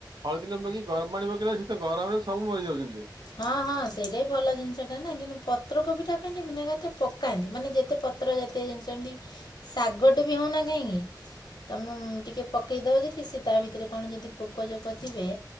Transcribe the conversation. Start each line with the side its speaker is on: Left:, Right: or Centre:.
Right: ହଳଦୀ ନପକେଇକି ଗରମ ପାଣି ପକେଇଲେ ସେ ତ ଗରମ ରେ ସବୁ ମରିଯାଉଛନ୍ତି ସିଏ।
Left: ହଁ ହଁ ସେଇଟା ବି ଭଲ ଜିନିଷଟା ନା। କିନ୍ତୁ ପତ୍ରକୋବିଟା ପାଇଁ ଟିକେ ଭିନେଗାର ଟିକେ ପକ୍ ପକାନ୍ତି। ମାନେ ଯେତେ ପତ୍ର ଜାତୀୟ ଜିନିଷ ଏମିତି କି ଶାଗ ଟେ ବି ହେଉନା କାହିଁକି ତମେ ଟିକେ ପକେଇଦବ ଯଦି ସେ ତା ଭିତରେ କଣ ଯଦି ପୋକ ଜୋକ ଥିବେ